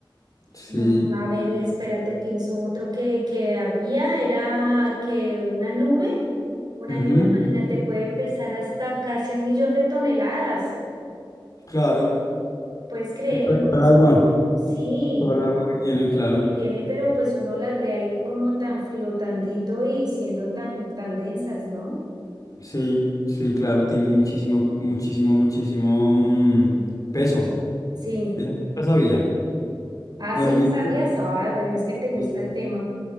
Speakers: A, on the left; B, on the right.
A: sí.
B: mm, a ver, espérate, pienso otro que, que había, era que una nube, una
A: Ujú,
B: nube, imagínate, puede pesar hasta casi un millón de toneladas.
A: Claro,
B: Puedes creerlo,
A: claro, todo
B: ¿no?
A: el
B: Es-
A: agua,
B: Sí.
A: todo el agua que tienen, claro.
B: que tiene, pero pues uno las ve ahí como tan flotandito y siendo tan, tan densas, ¿no?
A: Sí, sí, claro, tienen muchísimo, muchísimo, muchísimo mm, peso.
B: Sí.
A: Esa sí la sabía.
B: Ah,
A: Bueno,
B: sí
A: mira,
B: las sabías.
A: que
B: Ah, bueno, es que te gusta
A: sí,
B: el tema.